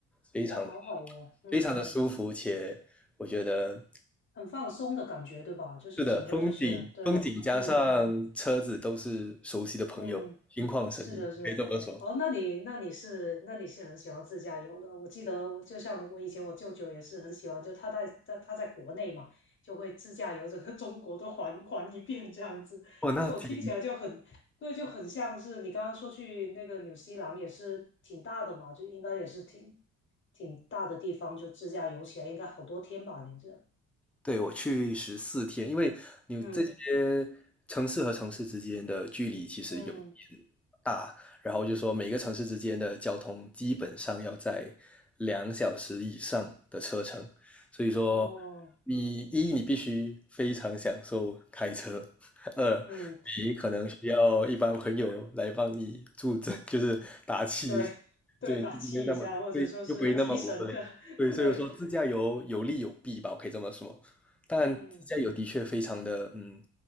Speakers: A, in the centre; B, on the left.
A: 非常的
B: 哇，好好哦，嗯，
A: 非常的舒服，且我觉得
B: 很放松的感觉，对吧？就是整个就是对，
A: 是的，风景风景加上车子都是熟悉的朋友，
B: 嗯嗯，
A: 心旷神怡，
B: 是的，是的。
A: 可以这么说。
B: 哦，那你那你是那你是很喜欢自驾游的。我记得，就像我以前我舅舅也是很喜欢，就他在在他在国内嘛，就会自驾游整个中国都环环一遍这样子。
A: 哦，那挺，
B: 就我听起来就很对，就很像是你刚刚说去那个纽西兰也是挺大的嘛，就应该也是挺挺大的地方，就自驾游起来应该好多天吧？你这。
A: 对，我去十四天，因为你这些城市和城市之间的距离其实有
B: 嗯嗯，
A: 大，然后就说每个城市之间的交通基本上要在两小时以上的车程，所以说
B: 哦，
A: 你一你必须非常享受开车，<laughs> 二
B: 嗯，
A: 你可能需要一般朋友来帮你助阵，<laughs> 就是打气
B: 对，对，
A: 对，
B: 打气一下，
A: 就不会那么对，
B: 或者说是提神的，
A: 就不会那么无聊。
B: <laughs>
A: 对，
B: 对，
A: 所以我说自驾游有利有弊吧，我可以这么说。但自驾游的确非常的嗯
B: 嗯，